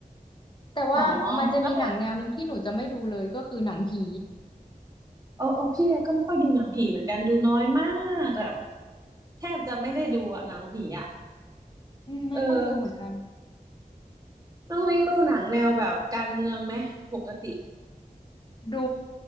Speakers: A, on the left; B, on the right.
A: แต่ว่ามันจะมีหนังแนวหนึ่งที่หนูจะไม่ดูเลยก็คือหนังผี
B: อ๋อแล้วโอ้โอ้พี่ก็ไม่ค่อยดูหนังผีเหมือนกันดูน้อยมากแบบแทบจะไม่ได้ดูอะหนังผีอะ
A: อืมไม่ค่อยดูเหมือนกัน
B: เออน้องลิงดูหนังแนวแบบการเมืองไหมปกติ
A: ดู